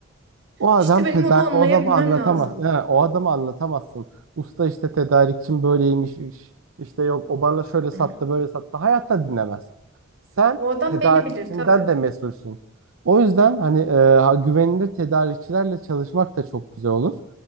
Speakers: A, on the right; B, on the right.
A: O adam
B: İşte benim
A: tedarik,
B: onu anlayabilmem
A: o adamı anlatamaz.
B: lazım.
A: Yani o adamı anlatamazsın. Usta işte tedarikçim böyleymiş, iş- işte yok o bana şöyle sattı,
B: Hı.
A: böyle sattı. Hayatta dinlemez. Sen
B: O adam
A: tedarikçinden
B: beni bilir tabii.
A: de mesulsün. O yüzden hani e, ha- güvenilir tedarikçilerle çalışmak da çok güzel olur.